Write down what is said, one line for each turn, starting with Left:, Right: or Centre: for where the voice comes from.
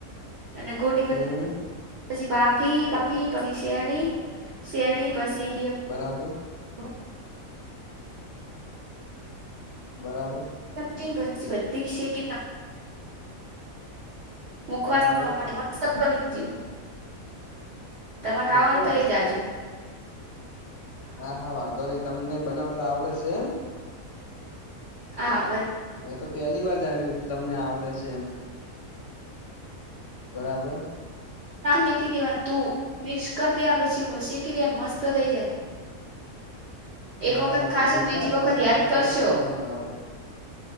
Right: અને ગોટી પર
Left: હમ
Right: પછી બાફી બાફી પછી, શેણી શેણી પછી
Left: બરાબર
Right: <inaudible>
Left: બરાબર
Right: ચીન બસી બત્તી છે, કે મુખવાસ
Left: બરાબર
Right: માટે બની <unintelligible> તમારે ખાવા
Left: મુખવાસ
Right: હોયને, તો લઈ જાજો
Left: હા હા, વાંધો નહી. તમને બનાવ તો આવડે છે, એમ
Right: હ <inaudible>
Left: મેં તો પહેલી, વાર જાણ્યું હતુ તમને આવડે છે, એમ બરાબર
Right: શેકી દેવાનુ, તું મિક્સ કરી દેવાનું પછી શેકી દેવાનું મસ્ત થઈ જાય. એક
Left: બરાબર,
Right: વખત ખાશો
Left: જોરદાર
Right: તો બીજી વખત
Left: તમને આટલું
Right: યાદ કરશો
Left: સરસ બનાવતા આવડે.